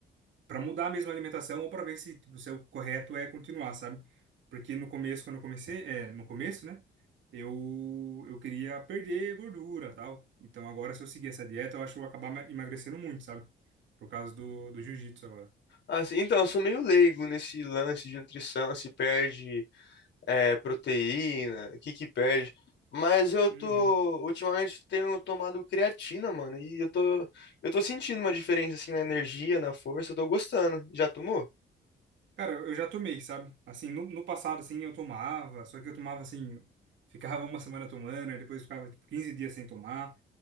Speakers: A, on the right (about 70°); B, on the left (about 65°).
A: para mudar mesmo a alimentação ou para ver se, tipo, se é o correto é continuar, sabe? Porque no começo, quando eu comecei, é, no começo, né, eu eu queria perder gordura, tal. Então agora se eu seguir essa dieta, eu acho que eu vou acabar me- emagrecendo muito, sabe? Por causa do do jiu-jitsu agora.
B: Assim, então, eu sou meio leigo nesse lance de nutrição, se perde é, proteína, o que que perde. Mas eu tô,
A: Uhum.
B: ultimamente tenho tomado creatina, mano, e eu tô, eu tô sentindo uma diferença, assim, na energia, na força, eu tô gostando. Já tomou?
A: Cara, eu já tomei, sabe? Assim, no, no passado, assim, eu tomava, só que eu tomava, assim, ficava uma semana tomando, aí depois ficava, tipo, 15 dias sem tomar.